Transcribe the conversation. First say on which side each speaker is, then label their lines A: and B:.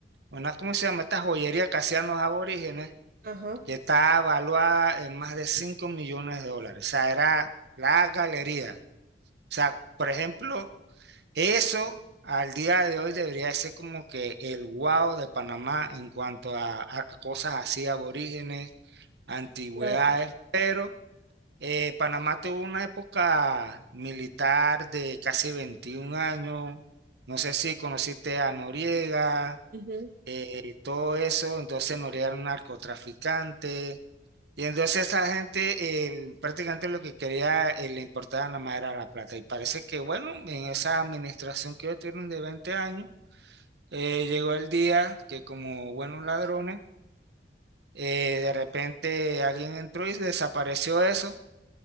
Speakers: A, on the right (about 70°); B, on the right (about 50°).
A: una, ¿cómo se llama? Esta joyería que hacían los aborígenes,
B: Ajá,
A: que está evaluada en más de 5 millones de dólares. O sea, era la galería. O sea, por ejemplo, eso al día de hoy debería ser como que el wow de Panamá en cuanto a, a cosas así, aborígenes, antigüedades,
B: claro.
A: pero eh, Panamá tuvo una época militar de casi 21 años. No sé si conociste a Noriega,
B: ujú.
A: eh, todo eso, entonces Noriega era un narcotraficante. Y entonces esa gente el- prácticamente lo que quería, eh, le importaba nada más era la plata. Y parece que, bueno, en esa administración que ellos tuvieron de 20 años, eh, llegó el día que como buenos ladrones, eh, de repente alguien entró y desapareció eso